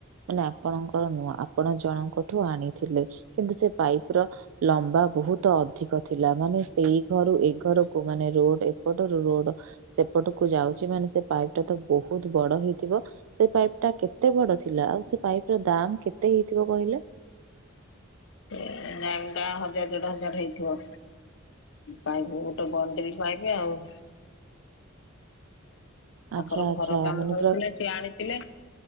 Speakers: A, on the right (about 75°); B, on the left (about 65°).
A: ମାନେ ଆପଣଙ୍କର ନୁହ ଆପଣ ଜଣଙ୍କଠୁ ଆଣିଥିଲେ, କିନ୍ତୁ ସେ ପାଇପ୍ ର ଲମ୍ବା ବହୁତ ଅଧିକ। ଥିଲା ମାନେ ସେଇ ଘରୁ ଏ ଘରକୁ ମାନେ ରୋଡ଼୍ ଏପଟରୁ ରୋଡ଼୍ ସେପଟକୁ ଯାଉଛି ମାନେ ସେ ପାଇପ୍ ଟା ତ ବହୁତ ବଡ଼ ହେଇଥିବ? ସେ ପାଇପ୍ ଟା କେତେ ବଡ ଥିଲା ଆଉ ସେ ପାଇପ୍ ର ଦାମ୍ କେତେ ହେଇଥିବ କହିଲେ?
B: ଏ ପାଇପ୍ ଟା ହଜାର ଦେଢ଼ ହଜାର ହେଇଥିବ। ପାଇପ୍ କୁ ଗୋଟେ ବଡିରି ପାଇବେ ଆଉ। ତାଙ୍କର
A: ଆଚ୍ଛା ଆଚ୍ଛା
B: ଘର କାମ
A: ମାନେ
B: ହଉଥିଲା ସିଏ ଆଣିଥିଲେ